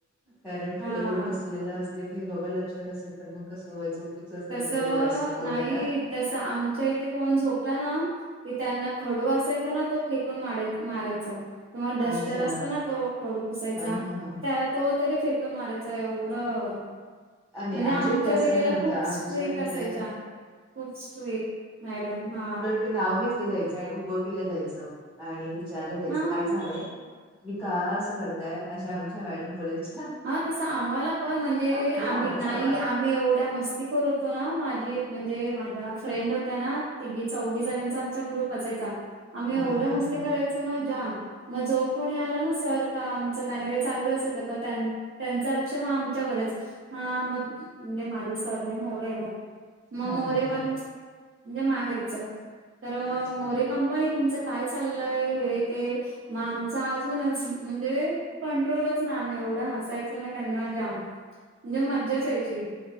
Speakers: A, in the centre; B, on the right (about 50°).
A: कार
B: हा
A: पु ज ब अस क लक्षण अस तर. चौकीचच त्यांच्या
B: तसं
A: डोळ्यासमोर
B: नाही
A: येणार.
B: तसं आमच्या इथे कोण झोपला ना त्यांना खडू असायचा ना तो. फेकून मार मारायच किंवा डस्टर
A: अच्छा
B: असतं ना तो खडू पुसायचा
A: हा हा हा.
B: त्या तो. तरी फेकून मारायच एवढं
A: आणि
B: म्हणजे आमच्या
A: इथे असं
B: वेळेला
A: नव्हतं
B: खूप.
A: आमच्या
B: स्ट्रीक
A: इथे
B: असायच्या खूप स्ट्रीक मॅडम हा.
A: ते नाव घेतलं जायचं आणि उभं केलं जायचं. आणि विचारलं जायचं
B: हा
A: काय झालंय मी का असं करताय असे आमच्या मॅडम बोलायच.
B: हा तस आम्हाला पण म्हणजे
A: तुम्ही
B: आम्ही
A: बाहेर
B: नाही
A: जावा
B: आम्ही एवढ. ्या मस्तीखोर होतो ना माझी म्हणजे माझ्या फ्रेंड होत्या ना तिी चौवीस जणांचा आमचा ग्रुप. चायचा आम्ही
A: हा
B: एवढ्या
A: हा
B: मस्ती
A: हा
B: कराय. ‌च नाग मग जो कोणी आल ना सर का आमच काही ना काही चालूच असायचं का. त्यांचं लक्ष मग आमच्यावरच हा मग म्हणजे माझं सने मोरे आहे ना. मग
A: हा
B: मोरेवर
A: हा हा
B: म्हणजे माहेरच तर
A: अच्छा
B: मोरे. कंपनी तुमचं काय चाललंय हे ते. मग आमचा आजूनच म्हणजे कंट्रोलच ना आम्ही एवढा ह जायच ना त्यांना जाम म्हणजे मज्जाच यायची.